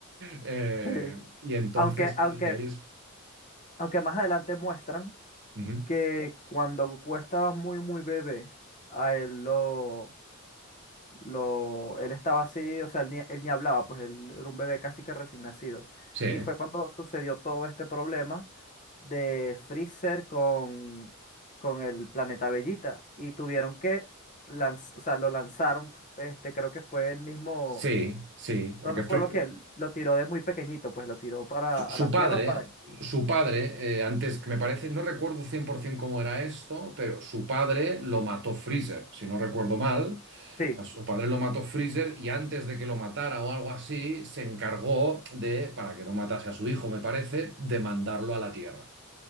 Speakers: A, on the right; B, on the left.
A: Eh,
B: <laughs> sí.
A: y entonces,
B: Aunque, aunque,
A: y y ahí es...
B: aunque más adelante muestran.
A: Ujú.
B: que cuando Goku estaba muy, muy bebé, a él lo, lo, él estaba así, o sea, él ni, él ni hablaba, pues él era un bebé casi que recién nacido.
A: Sí,
B: Y fue cuando sucedió todo este problema de Freezer con, con el planeta Bellita. Y tuvieron que lanz- o sea, lo lanzaron, este, creo que fue el mismo,
A: sí, sí, porque
B: no recuerdo
A: Fri-
B: quién, lo tiró de muy pequeñito, pues lo tiró para
A: su
B: a
A: su
B: la Tierra
A: padre,
B: para,
A: su padre, eh, antes que me parece, no recuerdo 100% cómo era esto, pero su padre lo mató Freezer, si no recuerdo mal,
B: sí,
A: a su padre lo mató Freezer y antes de que lo matara o algo así, se encargó de, para que no matase a su hijo, me parece, de mandarlo a la Tierra,